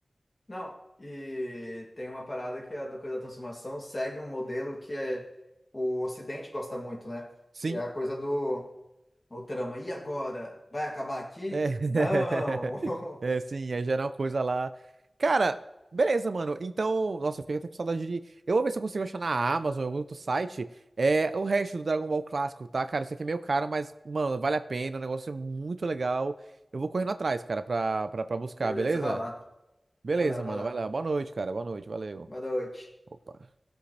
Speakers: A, on the left; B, on the right.
A: Não, e tem uma parada que é a da coisa da transformação segue um modelo que é, o Ocidente gosta muito, né?
B: Sim,
A: E é a coisa do o trama. E agora? Vai acabar aqui?
B: é. <laughs>
A: Não!
B: É, sim, aí já era uma coisa lá. Cara, beleza, mano. Então, nossa, eu fiquei até com saudade de. Eu vou ver se eu consigo achar na Amazon, ou em algum outro site, é, o resto do Dragon Ball clássico, tá? Cara, eu sei que é meio caro, mas, mano, vale a pena, o negócio é muito legal. Eu vou correndo atrás, cara, pra, pra,
A: <laughs>
B: pra buscar,
A: Beleza,
B: beleza?
A: vai lá.
B: Beleza,
A: Vai lá, vai
B: mano,
A: lá.
B: vai lá. Boa noite, cara, boa noite, valeu.
A: Boa noite.
B: Opa.